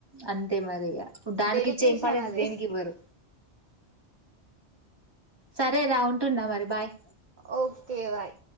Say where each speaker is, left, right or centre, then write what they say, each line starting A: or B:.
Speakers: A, on the right; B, on the right.
A: అంతే మరి ఇగ దానికి
B: డెడికేషన్
A: ఇచ్చే ఇంపార్టెన్స్
B: అది
A: దేనికి ఇవ్వరు సరే రా ఉంటున్న మరి బాయ్
B: ఒకే బాయ్